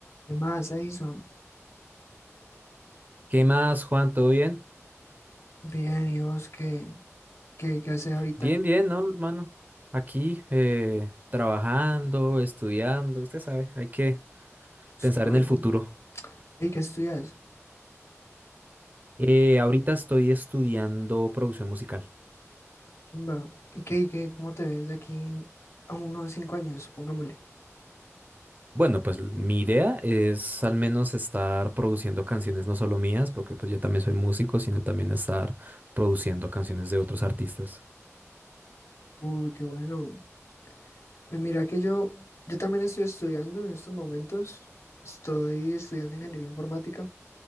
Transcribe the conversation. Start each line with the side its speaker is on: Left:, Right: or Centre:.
Left: ¿Qué más, Edison?
Right: ¿Qué más, Juan? ¿Todo bien?
Left: Bien, ¿y vos qué, qué, qué haces ahorita?
Right: Bien, bien, ¿no, hermano? Aquí, eh, trabajando, estudiando, usted sabe, hay que
Left: Estudian.
Right: pensar en el futuro.
Left: ¿Y qué estudias?
Right: Eh, ahorita estoy estudiando producción musical.
Left: Chimba. ¿Y qué, y qué, cómo te ves de aquí a unos cinco años, pongámosle?
Right: Bueno, pues l- mi idea es al menos estar produciendo canciones no solo mías, porque pues yo también soy músico, sino también estar produciendo canciones de otros artistas.
Left: Uy, qué bueno. Pues mira que yo, yo también estoy estudiando en estos momentos. Estoy estudiando ingeniería informática.